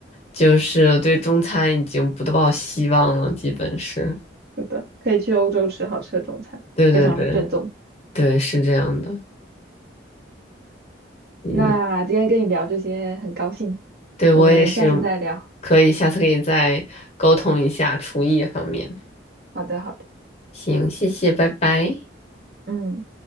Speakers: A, on the left; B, on the right.
A: 就是对中餐已经不抱希望了，基本是。
B: <laughs> 是的，可以去欧洲吃好吃的中餐，
A: 对对对
B: 非常正宗。
A: 对，是这样的。嗯，
B: 那今天跟你聊这些很高兴，
A: 对我也是，
B: 我们下次再聊。
A: 可以下次可以再沟通一下厨艺方面。
B: 好的，好的，
A: 行，谢谢，拜拜。
B: 嗯。